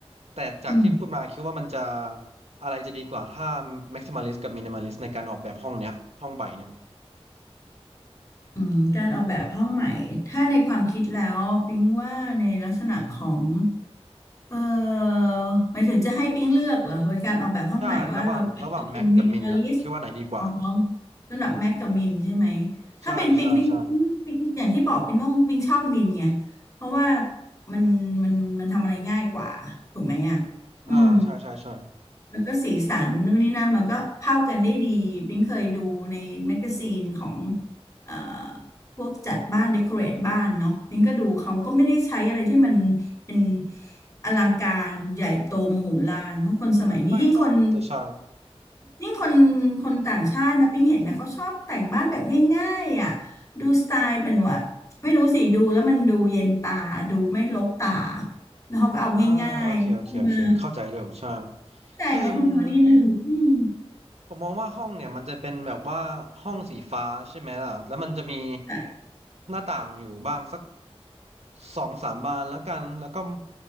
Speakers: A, on the right; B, on the left.
A: แต่จากที่พูดมาคิดว่ามันจะ
B: ืม
A: อะไรจะดีกว่าถ้า maximalist กับ minimalist ในการออกแบบห้องเนี้ยห้องใบเนี่ย
B: อืมการออกแบบห้องใหม่ถ้าในความคิดแล้วปิ๊งว่าในลักษณะของ เอ่อหมายถึงจะให้ปิ๊งเลือกเหรอเป็นการออกแบบห้องใหม่ว่าเราเป็นมินิมอลิสต์
A: ใช่ ระหว่าง ระหว่างแม็กกับมินอะคิดว่าไหนดีกว่า
B: อ๋อระดับแม็กกับมินใช่ไหมถ้าเป็นปิ๊งปิ๊งปิ๊งปิ๊งอย่างที่บอกปิ๊งต้องปิ๊งชอบมินไง
A: ใช่ใช่ใช่
B: เพราะว่ามันมันมันทำอะไรง่ายกว่าถูกไหมอ่ะอืม
A: อ่า ใช่ใช่ใช่
B: แล้วก็สีสันนู่นนี่นั่นมันก็เข้ากันได้ดีปิ๊งเคยดูในแมกกาซีนของเอ่อพวกจัดบ้านเดคอเรทบ้านเนาะปิ๊งก็ดูเขาก็ไม่ได้ใช้อะไรที่มันเป็นอลังการใหญ่โตมโหฬารเพราะคนสมัยนี้ยิ่งคน
A: ไม่เนาะแต่ใช่
B: ยิ่งคนคนต่างชาตินะปิ๊งเห็นนะเขาชอบแต่งบ้านแบบง่ายๆอ่ะดูสไตล์เป็นว่าไม่รู้สิดูแล้วมันดูเย็นตาดูไม่รกตาแล้วเขาก็เอาง่ายๆ่มา
A: อ่า โอเคโอเคโอเคเข้าใจเร็วใช่
B: ใจไหมคุณโทนี่อืออืม
A: คือมัน ผมมองว่าห้องเนี่ยมันจะเป็นแบบว่าห้องสีฟ้าใช่ไหมล่ะแล้วมันจะมี
B: ใช่
A: หน้าต่างอยู่บ้างสักสองสามบานแล้วกันแล้วก็